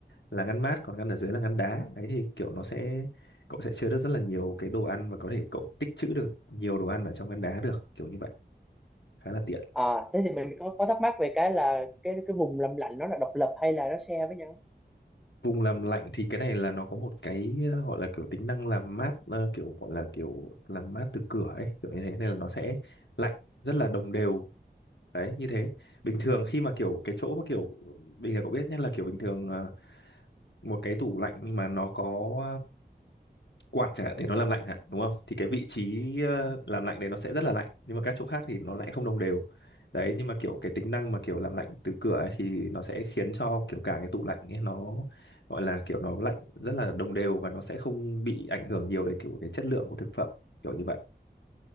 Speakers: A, on the left; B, in the centre.
A: là ngăn mát còn ngăn ở dưới là ngăn đá đấy thì kiểu nó sẽ cậu sẽ chứa được rất là nhiều cái đồ ăn và có thể cậu tích trữ được nhiều đồ ăn ở trong ngăn đá được kiểu như vậy khá là tiện
B: à thế thì mình có có thắc mắc về cái là cái cái vùng làm lạnh nó là độc lập hay là nó share với nhau
A: vùng làm lạnh thì cái này là nó có một cái ờ, gọi là kiểu tính năng làm mát ờ, kiểu gọi là kiểu làm mát từ cửa ấy kiểu như thế nên là nó sẽ lạnh rất là đồng đều đấy như thế bình thường khi mà kiểu cái chỗ mà kiểu bình thường cậu biết nhé là kiểu bình thường ờ, một cái tủ lạnh mà nó có quạt chẳng hạn để nó làm lạnh hả đúng không thì cái vị trí ờ,
B: Ừ.
A: làm lạnh đấy nó sẽ rất là lạnh nhưng mà các chỗ khác thì nó lại không đồng đều đấy nhưng mà kiểu cái tính năng mà kiểu làm lạnh từ cửa ấy, thì nó sẽ khiến cho kiểu cả cái tủ lạnh ấy nó gọi là kiểu nó lạnh rất là đồng đều và nó sẽ không bị ảnh hưởng nhiều đến kiểu cái chất lượng của thực phẩm kiểu như vậy